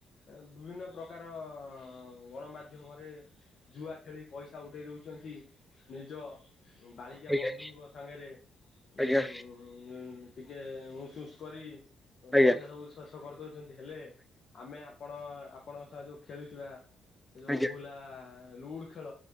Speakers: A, on the left; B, in the centre.
A: ବିଭିନ୍ନ ପ୍ରକାର ଗଣମାଧ୍ୟମରେ ଜୁଆ ଖେଳି ପଇସା ଉଡେଇ ଦଉଚନ୍ତି ନିଜ ବାଳିକା
B: ଆଜ୍ଞା
A: ବନ୍ଧୁଙ୍କ ସାଙ୍ଗରେ ଉଁ
B: ଆଜ୍ଞା
A: ଟିକେ ଉସ୍-ଉସ୍ କରି
B: ଆଜ୍ଞା
A: ପଇସା ସବୁ ଶେଷ କରିଦଉ ଛନ୍ତି ହେଲେ ଆମେ ଆପଣ ଆପଣଙ୍କ ସାଙ୍ଗେ ଯୋଉ ଖେଳିଥିବା ସେ ଯୋଉ
B: ଆଜ୍ଞା
A: ଅଭୁଲା ଲୁଡୁ ଖେଳ